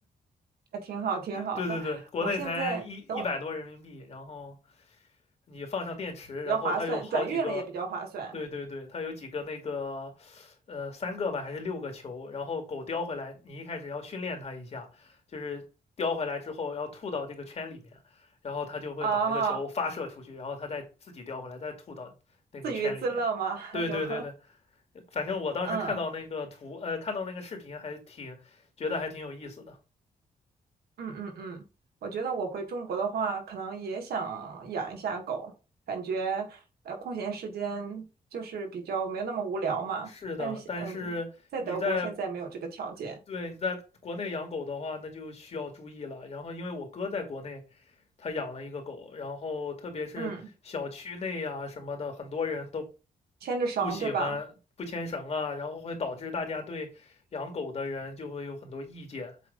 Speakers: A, on the right; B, on the left.
A: 还挺好，挺好的。
B: 对对对，国内才一一百多人民币，
A: 我现在等我
B: 然后你放上电池，
A: 比较划算，
B: 然后它有好几个，
A: 转运了也比较划算
B: 对对对，它有几个那个，呃，三个吧还是六个球，然后狗叼回来，你一开始要训练它一下，就是叼回来之后要吐到这个圈里面，然后它就会把那个球发射出去，
A: 啊，
B: 然后它再自己叼回来，再吐到那个圈里面。
A: 自娱自乐嘛，
B: 对对对对，
A: <laughs> 有，
B: 反正我当时看到那个图，
A: <laughs> 嗯。
B: 呃，看到那个视频还挺觉得还挺有意思的。
A: 嗯嗯嗯，我觉得我回中国的话，可能也想养一下狗，感觉呃空闲时间就是比较没有那么无聊嘛。
B: 是的，
A: 但是嗯，
B: 但是你在
A: 在德国现在没有这个条件，
B: 对，你在国内养狗的话，那就需要注意了。然后，因为我哥在国内，他养了一个狗，然后特别是小区内呀、
A: 嗯，
B: 什么的，很多人都
A: 牵着绳对吧？
B: 不喜欢不牵绳啊，然后会导致大家对养狗的人就会有很多意见。